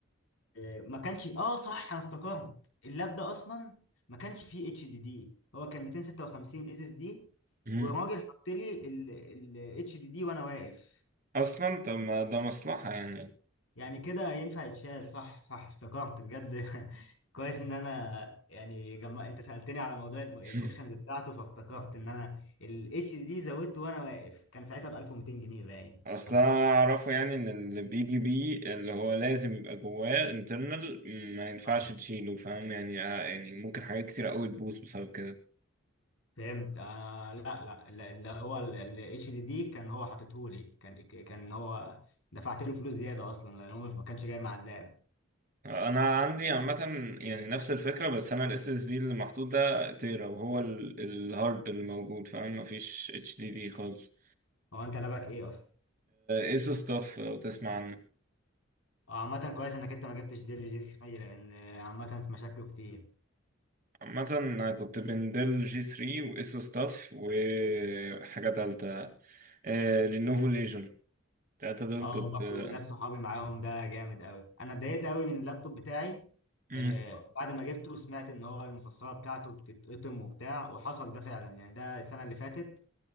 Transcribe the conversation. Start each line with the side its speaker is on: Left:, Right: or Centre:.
Left: آه، ما كانش اه صح انا افتكرت اللاب ده اصلا ما كانش فيه اتش دي دي هو كان 256 اس اس دي
Right: مم.
Left: وراجل حط لي الاتش دي دي وانا واقف
Right: اصلا طب ما ده مصلحة يعني
Left: يعني كده ينفع يتشال صح صح افتكرت بجد <laughs> كويس ان انا يعني جمع انت سألتني على موضوع الاوبشنز
Right: <laughs>
Left: بتاعته فافتكرت ان انا الاتش دي دي زودته وانا واقف كان ساعتها ب 1200 جنيه باين
Right: اصل
Left: خمس
Right: انا اعرفه يعني ان اللي بيجي بيه اللي هو لازم يبقى جواه انترنال ما ينفعش
Left: سنين
Right: تشيله فاهم يعني آه، يعني ممكن حاجات كتير قوي تبوظ بسبب كده
Left: فهمت آه لا لا لا، اللي هو الاتش دي دي كان هو حاططهولي كان كان هو دفعت له فلوس زياده اصلا لان هو مش ما كانش جاي مع اللاب
Right: انا عندي عامة يعني نفس الفكرة بس انا الاس اس دي اللي محطوط ده تيرا وهو ال- الهارد اللي موجود فاهم مفيش اتش دي دي خالص
Left: هو انت لعبك ايه اصلا
Right: ايسو ستاف لو تسمع عنه
Left: اه عامه كويس انك انت ما جبتش ديل جي سي خمسة، لان آه، عامه في مشاكله كتير
Right: عامة أنا كنت بين ديل جي 3 وإيسو ستاف وحاجة تالتة آه لينوفو ليجون التلاتة دول
Left: اه
Right: كنت
Left: برضه
Right: آه
Left: ناس صحابي معاهم ده جامد قوي انا اتضايقت قوي من اللابتوب بتاعي
Right: مم.
Left: آه بعد ما جبته سمعت ان هو المفصله بتاعته بتتقطم وبتاع وحصل ده فعلا يعني ده السنه اللي فاتت